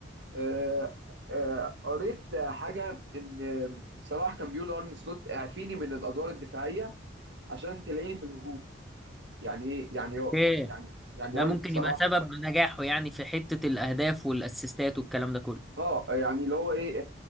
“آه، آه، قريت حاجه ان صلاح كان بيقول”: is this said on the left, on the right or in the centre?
Right